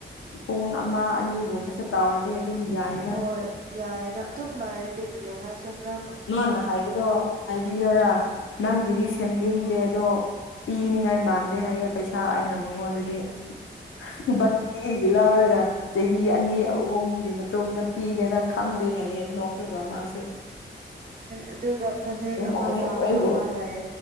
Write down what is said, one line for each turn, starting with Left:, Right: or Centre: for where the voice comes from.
Left: ꯄꯨꯡ ꯑꯃ ꯑꯅꯤꯒꯨꯝꯕꯁꯨ ꯇꯥꯎꯔꯗꯤ ꯑꯗꯨꯝ ꯌꯥꯏ
Right: ꯍꯣꯏ ꯌꯥꯏꯅ ꯑꯗꯨꯝ ꯂꯥꯏꯔꯦꯗꯤ ꯀ꯭ꯔꯤꯌꯥ ꯍꯥꯏ ꯁꯝꯅ
Left: ꯃꯥꯅ ꯍꯥꯏꯕꯗꯣ ꯍꯥꯏꯕꯤꯌꯔ ꯅꯪꯒꯤꯗꯤ ꯁꯦꯝꯅꯤꯡꯗꯦ ꯑꯗꯣ ꯄꯤꯅꯤꯉꯥꯏ ꯃꯥꯟꯗꯦ ꯍꯥꯏꯌꯦ ꯄꯩꯁꯥ ꯑꯩꯅ ꯃꯉꯣꯟꯗꯗꯤ <unintelligible> ꯂꯧꯔꯒ ꯆꯍꯤ ꯑꯅꯤ ꯑꯍꯨꯝꯒꯤ ꯃꯇꯨꯡꯗ ꯄꯤꯒꯦꯔ ꯈꯥꯟꯗ ꯍꯥꯏꯌꯦ ꯅꯀꯒ ꯃꯥꯁꯦ
Right: ꯑꯗꯨꯒ ꯐꯅꯦꯛ ꯑꯃ
Left: ꯃꯥꯜꯂꯦ
Right: ꯄꯥꯝꯕ
Left: ꯑꯩꯈꯣꯏꯕꯨ
Right: ꯑꯃ ꯂꯥꯛꯑꯦ